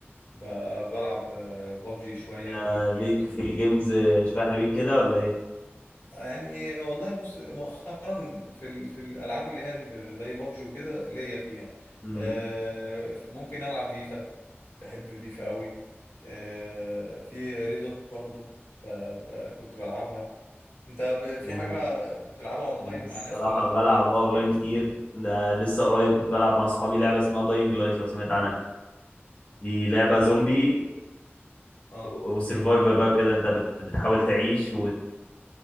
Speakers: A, on the left (about 75°); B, on the left (about 30°).
A: ب- بلعب بابجي شوية كول
B: آه،
A: اوف ديوتي
B: ليك في الجيمز آه، شوية حلوين كده ولا
A: يعني والله بص مؤخرا في ال... في الالعاب اللي هي ال- زي بابجي وكده ليا فيها
B: إيه؟
A: آه، ممكن العب فيفا بحب فيفا قوي آه، في ريدوت برضو ب... ب... كنت بلعبها انت ب... في
B: جميل
A: حاجة بتلعبها اونلاين
B: الصراحة
A: مع ناس ولا انت
B: بلعب
A: بتلعب بس
B: اه اونلاين
A: حاجات
B: كتير ده لسه قريب كنت بلعب مع اصحابي لعبة اسمها داينج لايت لو سمعت عنها دي لعبة
A: مم،
B: زومبي
A: اه
B: وسرفايفر بقى وكده انت بت... بتحاول تعيش وت...